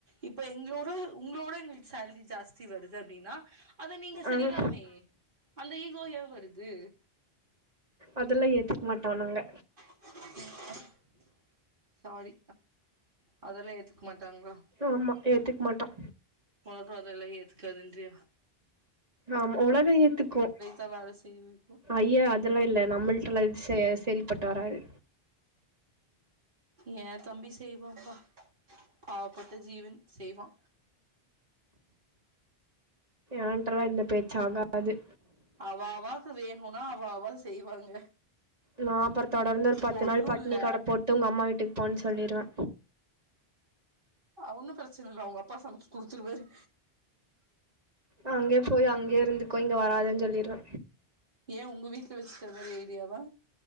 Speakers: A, on the right; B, on the right.
A: இப்ப எங்களோட உங்களோட எங்குளுக்கு சேலரி ஜாஸ்தி வருது அப்டீன்னா அத நீங்க
B: ஆனா
A: செய்யலாமே அந்த ஈகோ ஏ வருது
B: அதுல்லா ஏத்துக்க மாட்டோ நாங்க
A: <unintelligible> சாரி அதெல்லா ஏத் ஏத்துக்க மாட்டாங்களா
B: ஆமா ஏத்துக்க மாட்டோ
A: ஒலகோ அதெல்லா ஏத்துகாதுன்றியா
B: ஆமா ஒலகோ ஏத்துக்கோ
A: தா வேல செய்ய வைக்கு
B: ஐய்ய அதெல்லா இல்ல நம்மள்ட்டலா இது செ செரிப்பட்டு வராது
A: ஏ தம்பி செய்வாம்பா பாவப்பட்ட ஜீவன் செய்வா
B: ஏன்ட்டலா இந்த பேச்சு ஆகாது
A: அவா அவாக்கு வேணுனா அவா அவா செய்வாங்க
B: நா அப்புறோ தொடர்ந்து ஒரு
A: இப்போ
B: பத்து
A: ஒன்னு
B: நாள் பட்டினி
A: இல்ல
B: கட போட்டு உங்க அம்மா வீட்டுக்கு போன்னு சொல்லிருவே
A: அ ஒன்னு பிரச்சன இல்ல அவுங்க அப்பா சமைச்சு குடுத்துருவாரு
B: அச்கே போய் அங்கே இருந்துக்கோ இங்க வராதன் சொல்லிருவ
A: ஏ உங்க வீட்ல வச்சுக்கிற மாரி ஐடியாவா